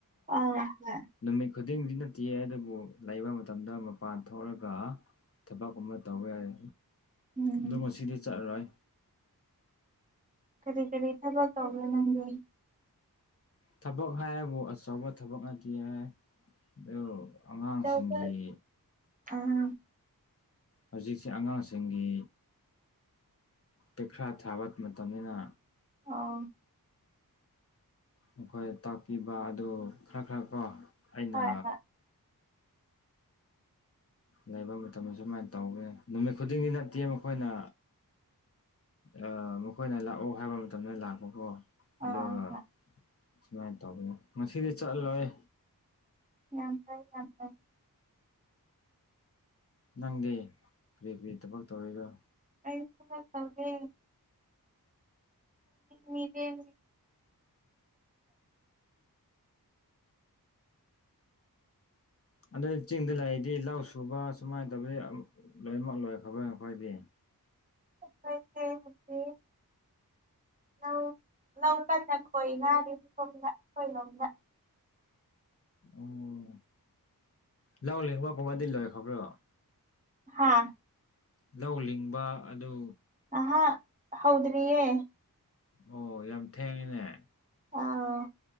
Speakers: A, on the right (about 20°); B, on the left (about 40°).
A: ꯑꯥ ꯍꯣꯏ
B: ꯅꯨꯃꯤꯠ ꯈꯨꯗꯤꯡꯗꯤ ꯅꯠꯇꯦꯦ ꯑꯗꯨꯕꯨ ꯂꯩꯕ ꯃꯇꯝꯗ ꯃꯄꯥꯟ ꯊꯣꯛꯂꯒ ꯊꯕꯛꯀꯨꯝꯕ ꯇꯧꯕ ꯌꯥꯏ
A: ꯎꯝ
B: ꯑꯗꯨ ꯉꯗꯤ ꯆꯠꯂꯔꯣꯏ
A: ꯀꯔꯤ ꯀꯔꯤ ꯊꯕꯛ ꯇꯧꯒꯦ ꯅꯪꯒꯦ
B: ꯊꯕꯛ ꯍꯥꯏꯕꯨ ꯑꯆꯧꯕ ꯊꯕꯛ ꯅꯇ ꯍꯥꯏ ꯑꯗꯨ ꯑꯉꯥꯡꯁꯤꯡꯒꯤ
A: ꯑꯆꯧꯕ ꯑꯥ
B: ꯍꯧꯖꯤꯛꯁꯦ ꯑꯉꯥꯡꯁꯤꯡꯒꯤ ꯄꯩꯈ꯭ꯔꯥ ꯊꯥꯕ ꯃꯇꯝꯅꯤꯅ
A: ꯑꯥ
B: ꯃꯈꯣꯏ ꯇꯥꯛꯄꯤꯕ ꯑꯗꯨ ꯈꯔ ꯈꯔ ꯀꯣ ꯑꯩꯅ
A: ꯍꯣꯏ ꯍꯣꯏ
B: ꯂꯩꯕ ꯃꯇꯝꯗ ꯁꯨꯃꯥꯏꯅ ꯇꯧꯒꯦ ꯅꯨꯃꯤꯠ ꯈꯨꯗꯤꯡꯒꯤ ꯅꯠꯇꯦ ꯃꯈꯣꯏꯅ ꯑ ꯃꯈꯣꯏꯅ ꯂꯥꯛꯑꯣ ꯍꯥꯏꯕ ꯃꯇꯝꯗ ꯂꯥꯛꯄꯀꯣ ꯑꯗꯨꯒ
A: ꯑꯥ ꯍꯣꯏ
B: ꯁꯨꯃꯥꯏꯅ ꯇꯧꯕꯅꯦ ꯉꯗꯤ ꯆꯠꯂꯣꯏ
A: ꯌꯥꯝ ꯐꯥꯏ ꯌꯥꯝ ꯐꯥꯏ
B: ꯅꯪꯗꯤ ꯀꯔꯤ ꯀꯔꯤ ꯊꯕꯛ ꯇꯧꯔꯤꯔꯣ
A: ꯑꯩꯁꯂ ꯇꯋꯦ ꯃꯤꯗꯤ <inaudible>
B: ꯑꯗꯨ ꯆꯤꯡꯗ ꯂꯩꯔꯤꯗꯤ ꯂꯧ ꯁꯨꯕ ꯁꯨꯃꯥꯏꯅ ꯇꯧꯕꯗꯤ ꯑꯝ ꯂꯣꯏꯅꯃꯛ ꯂꯣꯏꯈꯔꯕ ꯑꯩꯈꯣꯏꯗꯤ
A: <unintelligible> <unintelligible>
B: ꯎꯝ ꯂꯧꯂꯤꯡꯕ ꯀꯨꯝꯕꯗꯤ ꯂꯣꯏꯈꯕ꯭ꯔꯣ
A: ꯍꯥꯥ
B: ꯂꯧ ꯂꯤꯡꯕ ꯑꯗꯨ
A: ꯑꯍꯥ ꯍꯧꯗꯔꯤꯌꯦ
B: ꯑꯣ ꯌꯥꯝ ꯊꯦꯡꯉꯤꯅꯦ
A: ꯑꯥ